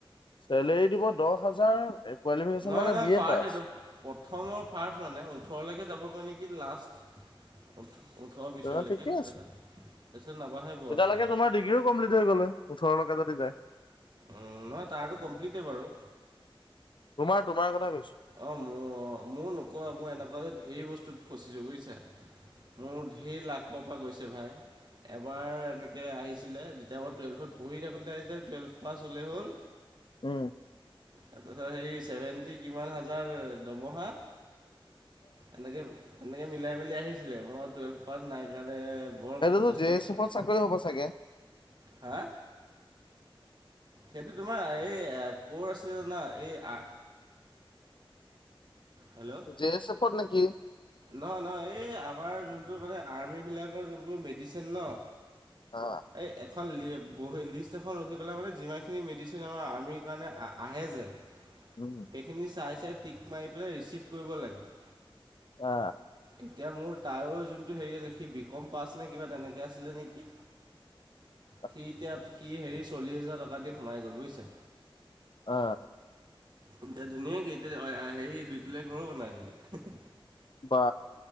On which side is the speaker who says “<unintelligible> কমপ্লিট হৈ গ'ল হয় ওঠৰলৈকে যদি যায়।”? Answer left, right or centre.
Left